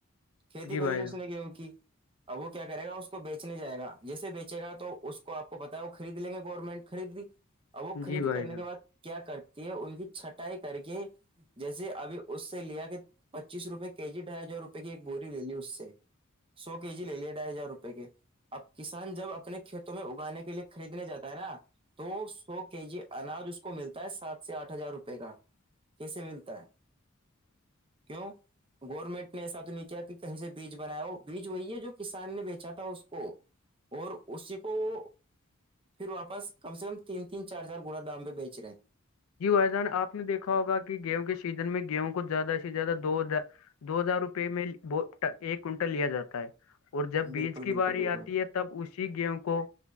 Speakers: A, on the right (about 25°); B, on the left (about 85°).
A: کھیتی
B: جی
A: کر
B: بھائی
A: لی اس
B: جان
A: نے کیوں کی اب وہ کیا کرے گا اس کو بیچنے جائے گا جیسے بیچے گا تو اس کو آپ کو پتا ہے خرید لیں گے گورنمنٹ خریدی اور وہ خریدی
B: جی بھائی
A: کرنے
B: جان
A: کے بعد کیا کرتی ہے ان کی چھٹائی کر کے جیسے ابھی اس سے لیا کہ پچیس روپئے کے جی ڈھائی ہزار روپ کی ایک بوور لے لی اس سے سوک کے جی لے لیے ڈھائی ہزار روپئے کے اب کسان جب اپنے کھیتوں میں اگانے کے لیے خریدنے جاتا ہے نا تو سو کے جی اناج اس کو ملتا ہے سات سے آٹھ ہزار روپئے کا کیسے ملتا ہے ہ <inaudible> گورنمنٹ نے ایسا تو نہیں کیا کہ کہیں سے بیج بنایا ہو بیج وہی ہے جو کسان نے بیچا تھا اس کو اور اسی کو وہ پھر واپس کم سے کم تین تین چار چار گوڑا دام پہ بیچ رہے ہیں
B: جی وحدان آپ نے دیکھا ہوگا کہ گیہوں کے سیزن میں گیہوں کو زیادہ سے زیادہ دو دو ہزار روپئے میں ایک کنٹل لیا جاتا ہے اور جب
A: بالکل
B: بیج کی
A: بالکل
B: باری
A: بالکل
B: آتی ہے تو تب اسی گیوں کو